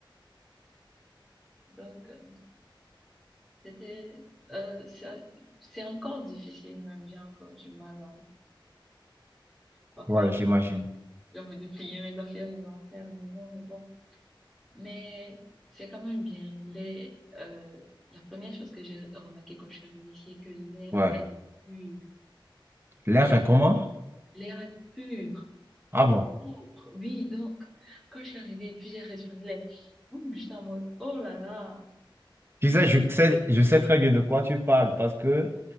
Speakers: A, in the centre; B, on the right (about 30°).
A: Donc, euh, c'était, euh, c'est c'est encore difficile, même j'ai encore du mal à, parfois,
B: Ouais, j'imagine.
A: j'ai envie de plier mes affaires et de rentrer à la maison, mais bon. Mais c'est quand même bien. Les, euh, la première chose que j'ai remarqué quand je suis arrivée ici est que l'air
B: Ouais.
A: est pur.
B: L'air
A: C'est-à-dire,
B: est comment?
A: l'air est pur.
B: Ah bon.
A: propre. Oui, donc, quand je suis arrivée, puis j'ai respiré, l'air, hum, j'étais en mode, oh là là,
B: Tu
A: si,
B: sais,
A: si.
B: je sais, je sais très bien de quoi tu parles parce que